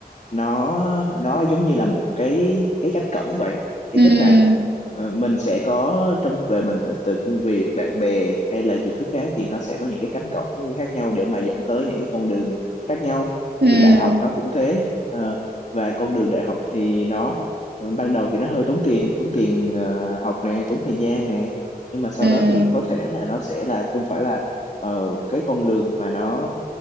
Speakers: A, on the left; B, on the right.
A: nó nó giống như là một cái cái cánh cổng vậy thì
B: ừm,
A: tức là ờ, mình sẽ có trong cuộc đời mình từ công việc bạn bè hay là nhiều thứ khác thì nó sẽ có những cái cánh cổng khác nhau để mà dẫn tới những cái con đường khác nhau
B: ừm,
A: thì đại học nó cũng thế Ờ, và con đường đại học thì nó ờ, ban đầu thì nó hơi tốn tiền tốn tiền ờ, học nè tốn thời gian nè nhưng mà sau
B: ừm,
A: đó thì có thể là nó sẽ là không phải là ờ, cái con đường mà nó